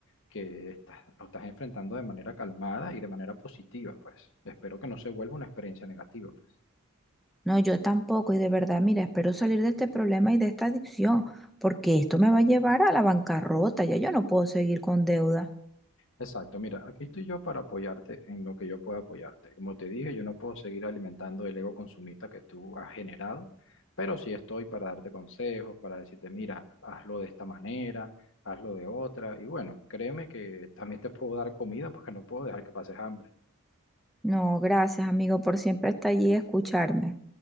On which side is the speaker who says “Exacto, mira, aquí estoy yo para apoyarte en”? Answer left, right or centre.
Left